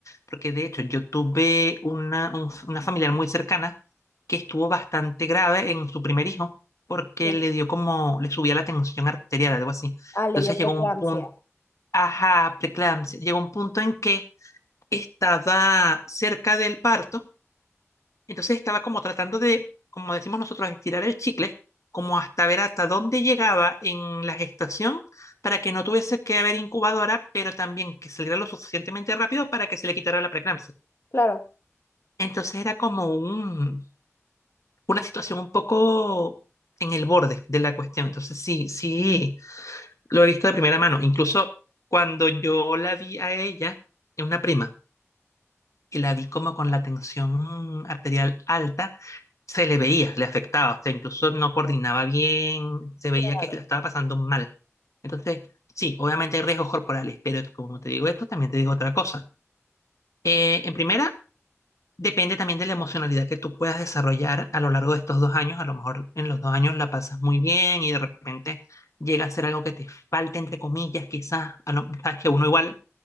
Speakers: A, on the left; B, on the left.
A: porque de hecho yo tuve una, un- una familiar muy cercana que estuvo bastante grave en su primer hijo porque
B: sí.
A: le dio como, le subía la tensión arterial, algo así.
B: Ah, le
A: Entonces
B: dio preeclampsia.
A: llegó un punto, ajá, preeclampsia, llegó un punto en que estaba cerca del parto entonces estaba como tratando de, como decimos nosotros, estirar el chicle, como hasta ver hasta dónde llegaba en la gestación para que no tuviese que haber incubadora, pero también que saliera lo suficientemente rápido para que se le quitara la preeclampsia.
B: Claro,
A: Entonces era como un, una situación un poco en el borde de la cuestión. Entonces sí, sí, lo he visto de primera mano. Incluso cuando yo la vi a ella, es una prima, y la vi como con la tensión arterial alta se le veía, le afectaba, o sea, incluso no coordinaba bien, se veía
B: claro,
A: que la estaba pasando mal. Entonces, sí, obviamente hay riesgos corporales, pero como te digo esto, también te digo otra cosa. Eh, en primera, depende también de la emocionalidad que tú puedas desarrollar a lo largo de estos dos años. A lo mejor en los dos años la pasas muy bien y de repente llega a ser algo que te falta, entre comillas, quizás, a lo, sabes que uno igual